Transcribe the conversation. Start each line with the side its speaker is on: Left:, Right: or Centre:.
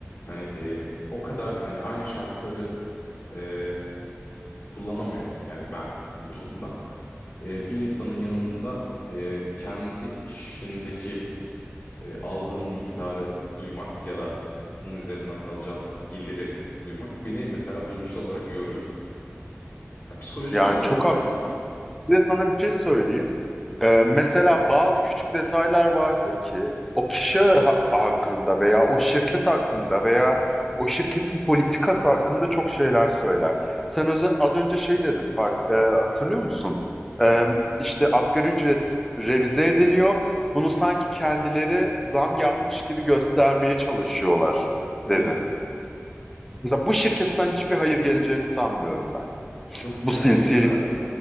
Left: Hani e, o kadar hani aynı şartları e, kullanamayan yani ben bu durumda e, bir insanın yanında e, kendi işindeki e, aldığın miktarı duymak ya da bunun üzerinden alacağın geliri duymak beni mesela duygusal olarak yoruyor. Yani psikolojik
Centre: Yani
Left: olarak
Centre: çok
Left: yoruyor
Centre: haklısın.
Left: aslında.
Centre: Bir de sana bir şey söyleyeyim. Ee, mesela bazı küçük detaylar vardır ki o kişi ha- hakkında veya o şirket hakkında veya o şirketin politikası hakkında çok şeyler söyler. Sen öze- az önce şey dedin, fark, e, hatırlıyor musun? Ee, işte asgari ücret revize ediliyor. Bunu sanki kendileri zam yapmış gibi göstermeye çalışıyorlar dedin.
Left: Evet.
Centre: Mesela bu şirketten hiçbir hayır geleceğini sanmıyorum ben.
Left: Yok
Centre: Bu
Left: gelmeyecek
Centre: sinsilik.
Left: zaten.